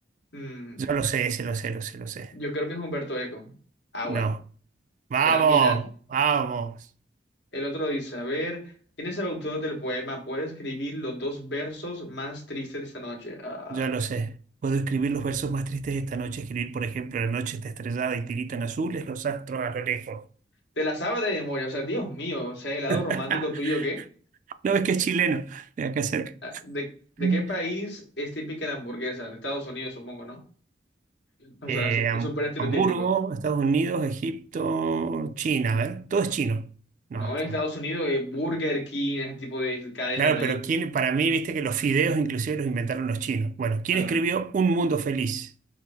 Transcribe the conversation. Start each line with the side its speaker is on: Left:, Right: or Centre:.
Left: Mm,
Right: Yo lo sé, se lo sé, lo sé, lo sé.
Left: yo creo que es Humberto Eco. Ah,
Right: No.
Left: bueno.
Right: Vamos,
Left: Era Milán.
Right: vamos.
Left: El otro dice, a ver, ¿quién es el autor del poema? ¿Puede escribir los dos versos más tristes de esta noche? Ah,
Right: Ya lo sé. Puedo escribir los versos más tristes de esta noche, escribir, por ejemplo, la noche está estrellada y tiritan azules los astros a lo lejos.
Left: te la sabes de memoria. O sea, Dios mío. O sea, el lado
Right: <laughs>
Left: romántico tuyo, ¿qué?
Right: No ves que es chileno, de acá cerca.
Left: Ah, ¿De, de
Right: Mm.
Left: qué país es típica la hamburguesa? De Estados Unidos, supongo, ¿no? O
Right: Eh,
Left: sea, es su-
Right: Ham-
Left: es súper estereotípico.
Right: Hamburgo, Estados Unidos, Egipto, China, a ver, todo es chino. No,
Left: No,
Right: esto-
Left: en Estados Unidos es Burger King, ese tipo de cadenas
Right: claro,
Left: de allí.
Right: pero quién, para mí, viste que los fideos inclusive los inventaron los chinos. Bueno, ¿quién
Left: Ah,
Right: escribió Un Mundo Feliz?